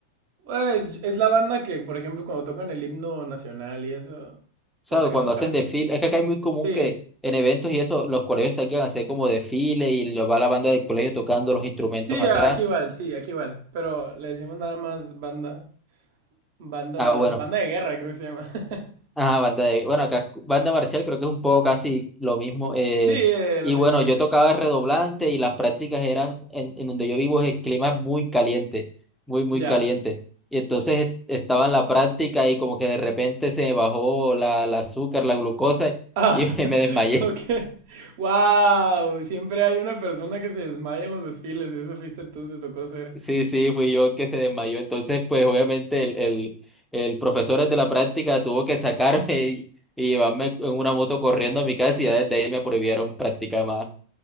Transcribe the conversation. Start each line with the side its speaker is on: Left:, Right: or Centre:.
Right: Pues es la banda que, por ejemplo, cuando tocan el himno nacional y eso,
Centre: ¿sabes?
Right: es la que
Centre: Cuando
Right: toca.
Centre: hacen desfile, es que acá es muy común
Right: Sí.
Centre: que en eventos y eso, los colegios salgan a hacer como desfile y los va la banda del colegio tocando los instrumentos
Right: Sí,
Centre: atrás.
Right: a- aquí igual, sí, aquí igual. Pero le decimos nada más banda, banda,
Centre: Ah, bueno.
Right: banda de guerra, creo que se llama. <laughs>
Centre: Ajá, banda de, bueno, acá, banda marcial creo que es un poco casi lo mismo. eh,
Right: Sí, eh,
Centre: y
Right: lo mismo
Centre: bueno,
Right: de
Centre: yo
Right: ser.
Centre: tocaba redoblante y las prácticas eran en, en donde yo vivo es el clima es muy caliente, muy, muy
Right: Ya.
Centre: caliente. Y entonces est- estaba en la práctica y como que de repente se me bajó la, la azúcar, la glucosa
Right: Ah,
Centre: y <laughs>
Right: <laughs>
Centre: me, me desmayé.
Right: ok. Wow, siempre hay una persona que se desmaya en los desfiles y eso fuiste tú, te tocó ser.
Centre: Sí, sí, fui yo el que se desmayó. Entonces, pues obviamente el, el, el profesor de la práctica tuvo que sacarme <laughs> y, y llevarme en una moto corriendo a mi casa y ya desde ahí me prohibieron practicar más.